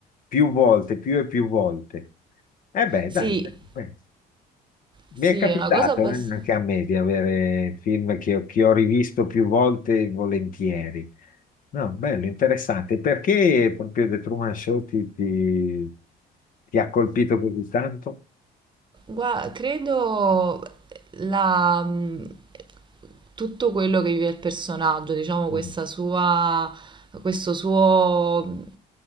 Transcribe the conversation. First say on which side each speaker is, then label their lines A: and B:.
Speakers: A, on the left; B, on the right.
A: più volte, più e più volte. Eh beh,
B: Sì,
A: dai, beh, beh.
B: sì,
A: mi è capitato
B: è una cosa abbastanza...
A: eh, anche a me di avere film che ho, che ho rivisto più volte e volentieri. No, bello, interessante. Perché proprio The Truman Show ti, ti- ti ha colpito così tanto?
B: Gua credo la, mh, tutto quello che vive il personaggio, diciamo questa
A: Mm,
B: sua, questo suo,